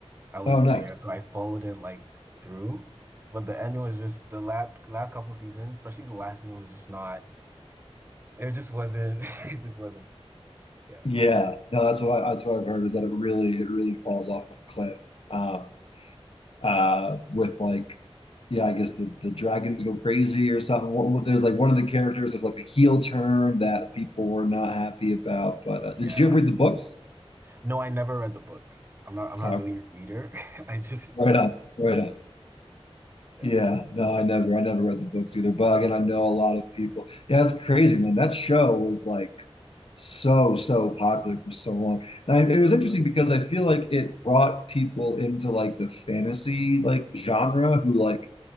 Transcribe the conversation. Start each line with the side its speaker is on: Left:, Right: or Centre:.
Right: I was
Left: Oh, nice.
Right: there, so I followed it like through. But the ending was just the last last couple seasons, especially the last season was just not it just wasn't <laughs> it just wasn't good. Yeah.
Left: Yeah, no, that's what I, that's what I've heard is that it really it really falls off a cliff. Um, uh, with like, yeah, I guess the the dragons go crazy or something. What- what- There's like one of the characters is like a heel turn that people were not happy about. But uh,
Right: Yeah.
Left: did you ever read the books?
Right: No, I never read the books. I'm not I'm not
Left: Oh,
Right: really
Left: okay,
Right: a reader. <laughs> I just
Left: right on, right on.
Right: Yeah.
Left: Yeah, no, I never, I never read the books either. But again, I know a lot of people. Yeah, that's crazy, man. That show was like. so so popular for so long. And I,
Right: I mean,
Left: it was interesting because I feel like it brought people into like the fantasy like genre who like